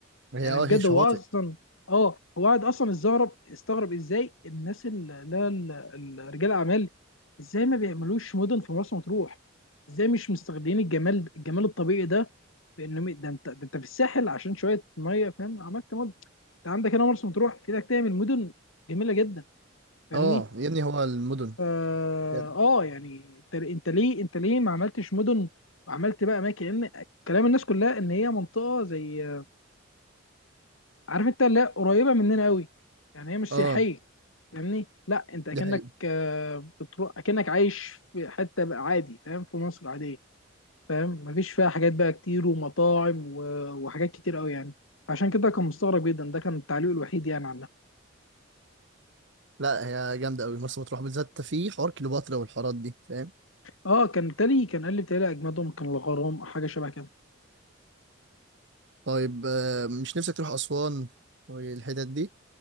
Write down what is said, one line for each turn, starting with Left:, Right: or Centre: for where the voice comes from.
Right: هي
Left: يعني
Right: اه
Left: بجد
Right: هي شواطئ
Left: هو اصلا اه هو قاعد اصلا استغرب استغرب ازاي الناس اللي لا ال- ال- رجال اعمال ازاي ما بيعملوش مدن في مرسى مطروح ازاي مش مستغلين الجمال الجمال الطبيعي ده بانه ده انت ده انت في الساحل عشان شويه ميه فاهم عملت مدن انت عندك هنا مرسى مطروح في ايدك تعمل مدن جميله جدا فاهمني
Right: اه يا ابني هو المدن
Left: اه
Right: بجد.
Left: آه، يعني انت انت ليه انت ليه ما عملتش مدن وعملت بقى اماكن لان كلام الناس كلها ان هي منطقه زي عارف انت لا قريبه مننا قوي يعني هي مش
Right: اه
Left: سياحيه فاهمني لا انت اكنك
Right: دي حقيقة
Left: آه، بتروح اكنك عايش في حته بقى عادي فاهم في مصر عاديه فاهم مفيش فيها حاجات بقى كتير ومطاعم و- وحاجات كتير قوي يعني عشان كده كان مستغرب جدا ده كان التعليق الوحيد يعني عنها
Right: لا هي جامدة قوي مرسى مطروح بالذات في حوار كليوباترا والحوارات دي فاهم
Left: اه كان تالي كان قال لي بتهيألي اجمدهم كان الغرام أو حاجه شبه كده
Right: طيب آه مش نفسك تروح أسوان والحتت دي